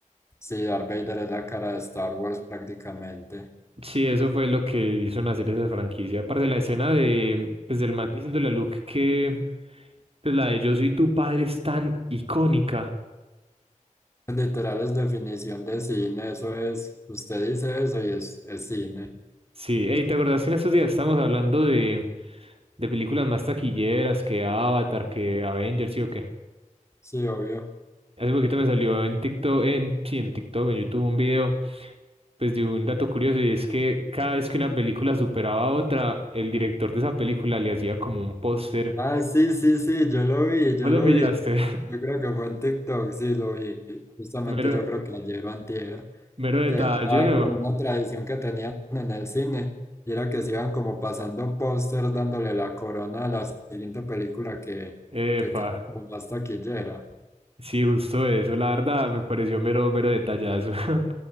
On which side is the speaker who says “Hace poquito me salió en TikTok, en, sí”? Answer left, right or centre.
Right